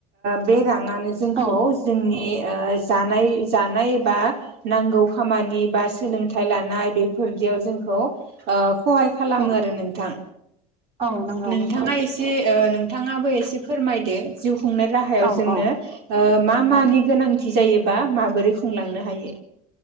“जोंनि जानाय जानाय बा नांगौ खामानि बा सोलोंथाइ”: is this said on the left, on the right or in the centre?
Right